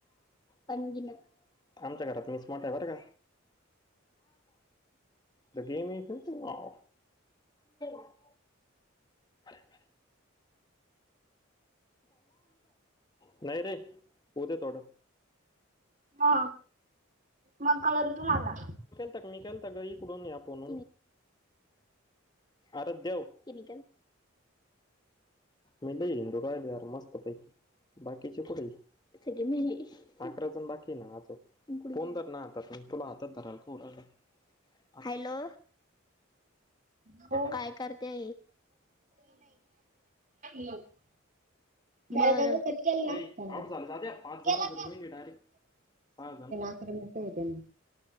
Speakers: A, on the left; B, on the right.
A: आमच्या घरात मी स्मट आहे बर का! का गेम त <unintelligible> बरर! नाही रे! उद्या तोडा.
B: हा मग कळल तुम्हाला.
A: टक्निकल तगळीकडून या फण. अर देव <unintelligible> म हिंदू राहिलेर मस्त पैकी बाकीचे पुढेली. अकरा जण बाकी ना अ पण फोन दर ना आत तुला हातात धराल का. हॅलो!
B: हो,
A: काय करते
B: <unintelligible> झाल
A: बरं
B: का गं कट केल
A: अय
B: ना सं
A: आउट झालं दाद्या पाच जण
B: केला
A: जर
B: का?
A: मेली डायरेक्ट सहा
B: तर म हो ना.